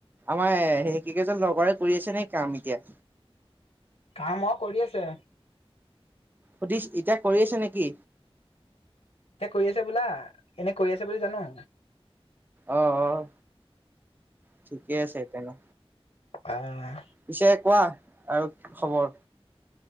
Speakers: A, on the right; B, on the left.
A: আমাৰ সেই কি কেইজন লগৰে কৰি আছে নেকি কাম এতিয়া?
B: কাম অ কৰি আছে।
A: সুধিচ এতিয়া কৰি আছে নেকি?
B: এতিয়া কৰি আছে বোলা, এনে কৰি আছে বুলি জানোঁ।
A: আহ আহ ঠিকেই আছে তেনে।
B: আহ।
A: পিছে কোৱা আৰু কি খবৰ?